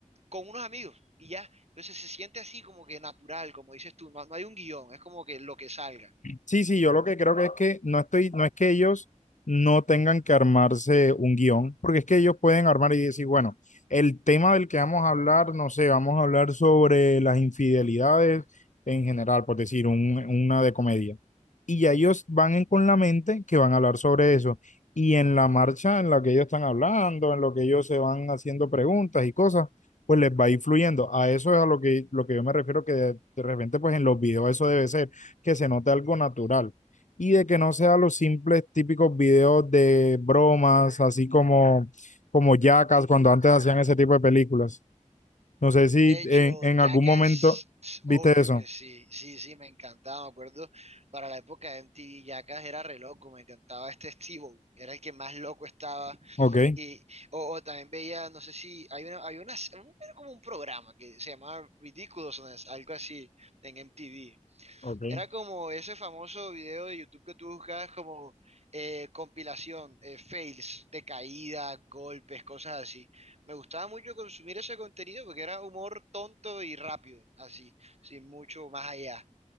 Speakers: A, on the right (about 55°); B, on the left (about 70°).
A: con unos amigos y ya. Entonces se siente así como que natural, como dices tú, no, no hay un guión, es como que lo que salga.
B: Sí, sí, yo lo que creo que es que no estoy, no es que ellos no tengan que armarse un guión, porque es que ellos pueden armar y decir, bueno, el tema del que vamos a hablar, no sé, vamos a hablar sobre las infidelidades en general, por decir, un- una de comedia. Y ya ellos van en- con la mente que van a hablar sobre eso. Y en la marcha en la que ellos están hablando, en lo que ellos se van haciendo preguntas y cosas, pues les va influyendo. A eso es a lo que, lo que yo me refiero, que de, de repente, pues en los videos eso debe ser que se note algo natural y de que no sean los simples típicos videos de bromas, así como, como Jackass, cuando antes hacían ese tipo de películas. No sé si
A: De hecho,
B: en, en
A: Jackass,
B: algún momento
A: tss,
B: viste
A: obvio
B: eso.
A: que sí, sí, sí, me encantaba, me acuerdo, para la época de MTV, Jackass era re loco, me encantaba este Steve, era el que más loco estaba,
B: Ok,
A: y, o, o también veía, no sé si, hay una, hay una, era como un programa que se llamaba Ridiculousness, algo así, en MTV,
B: ok.
A: Era como ese famoso video de YouTube que tú buscas como eh, compilación, eh, fails de caída, golpes, cosas así. Me gustaba mucho consumir ese contenido porque era humor tonto y rápido, así, sin mucho más allá.